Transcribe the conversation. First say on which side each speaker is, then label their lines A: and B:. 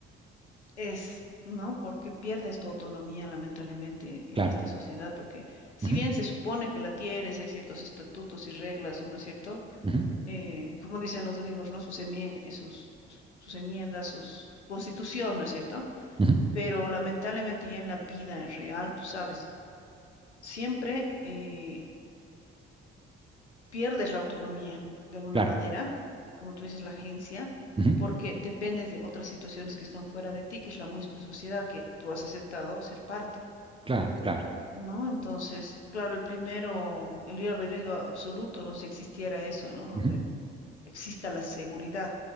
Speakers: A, on the left (about 90°); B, on the right (about 15°).
A: es, ¿no? Porque pierdes tu autonomía, lamentablemente,
B: claro,
A: en esta sociedad, porque si
B: ujú,
A: bien se supone que la tienes, hay ciertos estatutos y reglas, ¿o no es cierto?
B: ujú,
A: Eh, como dicen los gringos, ¿no? Sus, emie- eh, sus, sus sus enmiendas, sus, su constitución, ¿no es cierto?
B: ujú,
A: pero lamentablemente ya en la vida real, tú sabes, siempre eh, pierdes la autonomía de alguna
B: claro,
A: manera, como tú dices, la agencia,
B: ujú,
A: porque dependes de otras situaciones que están fuera de ti, que es la misma sociedad que tú has aceptado ser parte.
B: claro, claro,
A: ¿No? Entonces, claro, el primero, el libre albedrío absoluto, ¿no? Si existiera eso, ¿no? Donde
B: ujú,
A: exista la seguridad,